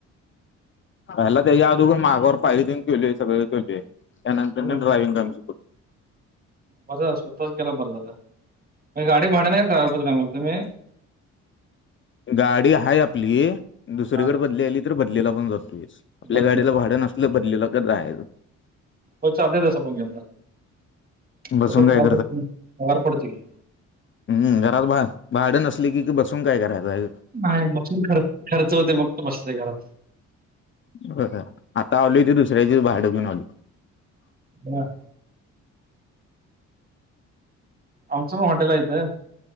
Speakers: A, on the left (about 40°); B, on the right (about 30°).
A: पहिला त्याच्या आदोगर मागावर पाळी तेन केलोय सगळं केलते त्यानंतर
B: हो.
A: मी ड्रायव्हिंग काम शिकलो.
B: बरं स्वतःच केला बरं झालं, म्हणजे गाडी भाड्या हाय कुठे काम करता तुम्ही.
A: गाडी आहे आपली दुसरीकडे
B: हा
A: बदली आली तर बदलेला पण जातोय आपल्या
B: मधलं
A: गाडीला भाडं नसतो. बदलीला पण जायचं.
B: हो चालतय तसं पण
A: बसून
B: पगार
A: काय
B: पडतोय की पडतोय.
A: हम् घरात भा- भाडं नसले की बसून काय करायचे.
B: नाही बसून खर्च खर्च होते बघत बस घरात.
A: खरं आत्ता आलोय ते दुसऱ्याचा भाड घेऊन आलोय.
B: हा! आमचं मग हॉटेल इथं